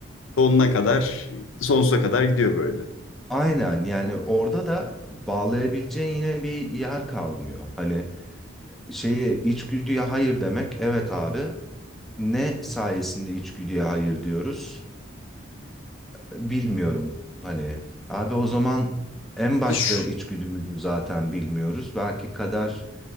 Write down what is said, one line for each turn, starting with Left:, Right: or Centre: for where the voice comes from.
Left: Sonuna kadar, sonsuza kadar gidiyor böyle.
Centre: Aynen yani orada da bağlayabileceğin yine bir yer kalmıyor. Hani şeye içgüdüye hayır demek evet abi. Ne sayesinde içgüdüye hayır diyoruz? Bilmiyorum. Hani abi o zaman en
Left: İşte
Centre: başta
Left: şu,
Centre: içgüdümüzü zaten bilmiyoruz. Belki kader